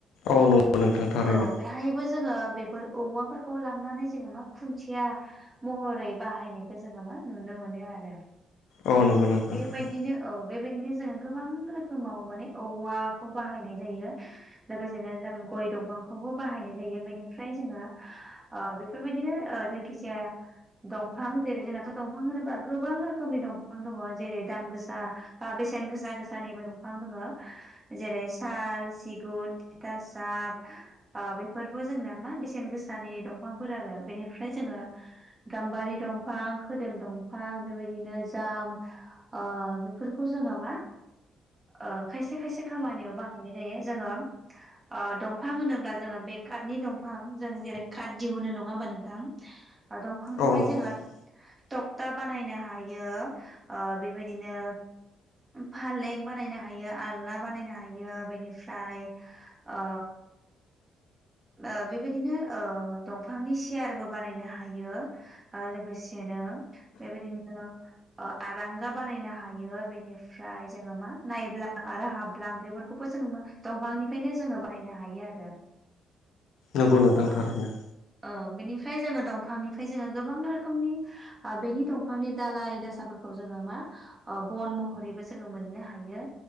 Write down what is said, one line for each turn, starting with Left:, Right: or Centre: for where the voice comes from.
Left: औ नंगौ नोंथां थारैनो
Right: औ बेहायबो जोङो बेफोर औवाफोरखौ लांनानै जोङो मा खुन्थिया महरै बाहायनायखौ जोङो मा नुनो मोनोआरो
Left: औ नंगौ नोंथां
Right: बेबायदिनो
Left: थारैनो
Right: औ बेबायदिनो जोङो गोबां रोखोमाव माने औवाखौ बाहायनाय जायो लोगोसेनो जों गय दंफांखौबो बाहायनाय जायो बेनिफ्राय जोङो ओ बेफोरबायदिनो ओ जायखिजाया दंफां जेरै जोंनाथ' दंफां होनोबा गोबां रोखोमनि दंफां दङ जेरै दाम गोसा बा बेसेन गोसा गोसानिबो दंफां दोंङो जेरै साल, सिगुन, थिथासाब ओ बेफोरबो जोंना मा बेसेन गोसानि दंफांफोर आरो बेनिफ्राय जोङो गाम्बारि दंफां, खोदोम दंफां बेबायदिनो जाम ओ बेफोरखौ जोङो मा ओ खायसे खायसे खामानियाव बाहायनाय जायो जोङो ओ दंफां होनोब्ला जोङो बे काटनि दंफां जों जेरै काट दिहुनो नङा होमबा नोंथां ओ दंफांनिफ्राय
Left: औ नंगौ नोंथां
Right: जोङो टक्था बानायनो हायो ओ बेबायदिनो फालें बानायनो हायो आलना बानायनो हायो बेनिफ्राय ओ ओ बेबायदिनो ओ दंफांनि सियारबो बानायनो हायो ओ लोगोसेनो बेबायदिनो आरांगा बानायनो हायो बेनिफ्राय जोङो मा नायब्लां आरो हाब्लां बेफोर बे खौबो जोङो दंफांनिफ्रायनो जोङो बानायनो हायो आरो
Left: नंगौ नोंथां थारैनो
Right: औ औ बिनिफ्राय जोङो दंफांनिफ्राय जोङो गोबां रोखोमनि ओ बेनि दंफांनि दालइ दासाफोरखौ जोङो मा ओ बन महरैबो जोङो मोननो हायो